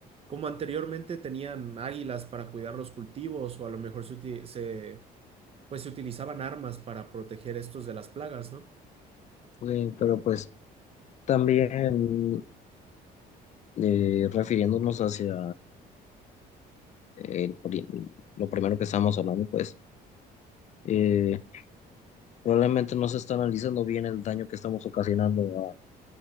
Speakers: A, on the right (about 35°); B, on the left (about 45°).
A: como anteriormente tenían águilas para cuidar los cultivos o a lo mejor se, uti- se, pues se utilizaban armas para proteger estos de las plagas, ¿no?
B: Eh, pero pues también eh, refiriéndonos hacia el pri- lo primero que estábamos hablando, pues eh, probablemente no se está analizando bien el daño que estamos ocasionando a-